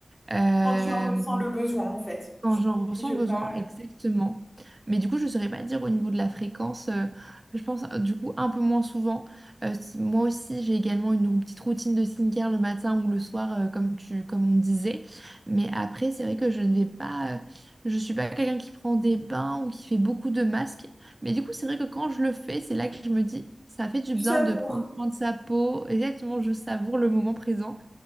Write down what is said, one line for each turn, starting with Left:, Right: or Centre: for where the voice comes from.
Right: Euh,
Left: Quand tu en ressens le besoin, en fait.
Right: Quand
Left: Tu
Right: j'en
Left: t'obliges
Right: ressens le besoin,
Left: pas.
Right: Ouais. exactement. Mais du coup, je ne saurais pas dire au niveau de la fréquence. euh, je pense euh, du coup un peu moins souvent. Euh, si- moi aussi, j'ai également une rou- petite routine de skincare le matin ou le soir, euh, comme tu, comme on disait. Mais après, c'est vrai que je ne vais pas. euh, je suis pas quelqu'un qui prend des bains ou qui fait beaucoup de masques. Mais du coup, c'est vrai que quand je le fais, c'est là que je me dis, ça fait du
Left: Tu
Right: bien
Left: savoures.
Right: de prendre soin de sa peau. Exactement, je savoure le moment présent